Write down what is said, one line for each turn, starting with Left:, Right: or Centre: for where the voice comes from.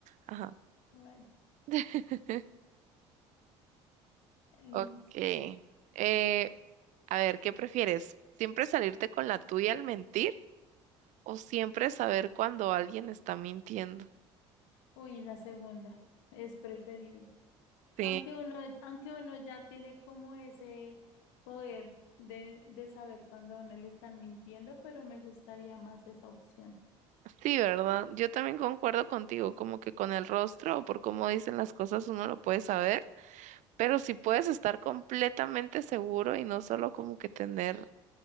Right: Ajá.
Left: Vale,
Right: <laughs>
Left: listo.
Right: Ok. Eh, a ver, ¿qué prefieres? ¿Siempre salirte con la tuya al mentir o siempre saber cuando alguien está mintiendo?
Left: Uy, la segunda es preferible.
Right: Sí.
Left: Aunque uno, aunque uno ya tiene como ese poder de, de saber cuando a uno le están mintiendo, pero me gustaría más esa opción.
Right: Sí, ¿verdad? Yo también concuerdo contigo, como que con el rostro o por cómo dicen las cosas uno lo puede saber, pero si puedes estar completamente seguro y no solo como que tener...